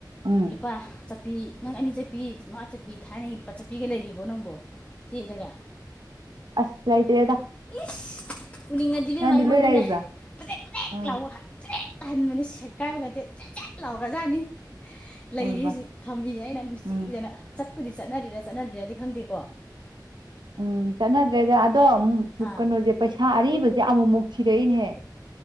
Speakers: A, on the right; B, on the left.
A: ꯎꯝ
B: ꯂꯨꯄꯥ ꯆꯠ ꯆꯠꯄꯤ ꯅꯪ ꯑꯅꯤ ꯆꯠꯄꯤ ꯃꯥ ꯆꯠꯄꯤ ꯊꯥꯏꯅꯒꯤ ꯂꯨꯄ ꯆꯠꯄꯤꯒ ꯂꯩꯔꯤꯕꯣ ꯅꯪꯕꯣ ꯇꯦꯗꯒ
A: ꯑꯁ ꯂꯩꯇ꯭ꯔꯦꯗ
B: ꯏꯁ ꯎꯅꯤꯡꯉꯗꯤꯕꯦꯝꯃ
A: ꯅꯪꯗꯤ
B: ꯑꯩꯉꯣꯟꯗꯅꯦ
A: ꯂꯣꯏ ꯂꯩꯕ꯭ꯔꯥ
B: ꯄꯦꯗꯦꯛ ꯄꯦꯗꯦꯛ
A: ꯎꯝ
B: ꯂꯥꯎꯕ ꯍꯟꯇ꯭ꯔꯦ ꯃ <inaudible> ꯁꯦꯒꯥꯏꯕꯒ ꯆ ꯂꯥꯎꯒꯖꯥꯅꯤ ꯂꯩꯔꯤꯁꯤ
A: ꯑꯣꯏꯕ
B: ꯊꯝꯃꯤꯌꯦ ꯑꯩꯅ ꯅꯨꯡꯁꯤꯗꯅ
A: ꯎꯝ
B: ꯆꯠ ꯀꯨꯗꯤ ꯆꯠꯅꯔꯤꯔꯥ ꯆꯠꯅꯗ꯭ꯔꯤꯔꯗꯤ ꯈꯪꯗꯦꯀꯣ
A: ꯎꯝ ꯆꯠꯅꯗ꯭ꯔꯦꯗ ꯑꯗꯣ ꯑꯃꯨꯛ ꯁ
B: ꯑꯥ
A: ꯀꯩꯅꯣꯁꯦ ꯄꯩꯁꯥ ꯑꯔꯤꯕꯁꯦ ꯑꯃꯨꯛꯃꯨꯛ ꯊꯤꯔꯛꯏꯅꯦꯍ